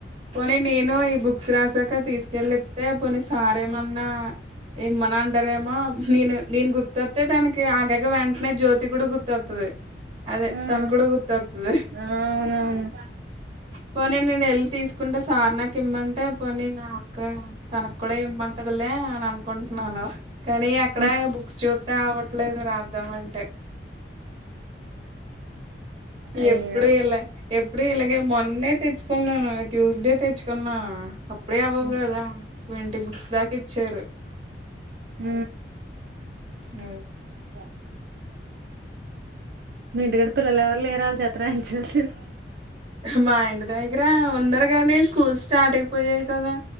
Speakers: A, on the right; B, on the right.
A: పోనీ నేను ఈ బుక్స్ రాసాక తీసుకెళ్ళస్తతే పోని సార్ేమన్నా ఏమనా అంటారేమో నేను నేను గుర్తొస్తతే తననికి ఆగగా వెంటనే జ్యోతి కూడా గుర్తొ అదే
B: ఉమ్
A: తన కూడాడ గుత్తతుంది
B: ఆ అవునవును
A: పోనీ నేను వెల్ళి తీసుకుంటే సార్ నాకి ఇమ్మంటే పోనీ అక్క తనకు కూడా ఇంమంటదిలే అని అనుకుంటున్నాను కానీ అక్కడ
B: ఉమ్,
A: బుక్స్ చూస్తే అవట్లేదు ప్రధం అంటే
B: అయ్యో
A: ఎప్పుడు ఇలా ఎప్పుడు ఇలాగే మొన్న తెచ్చుకున్నాను ట్యూస్డే తెచ్చుకున్నా అప్పుడే అవ్వవు
B: ఉమ్
A: కదా ఇంటి బుక్స్ దాకా ఇచ్చారు
B: హ
A: అ
B: వ మీ ఇంటికాడ పిల్లలు ఎవరు లేరుళ్ళ చేత అంచిసింది
A: మా ఇంటి దగ్గర ఉన్నారురు కాగాని స్కూల్ స్టార్ట్ అయిపోయాయి కదా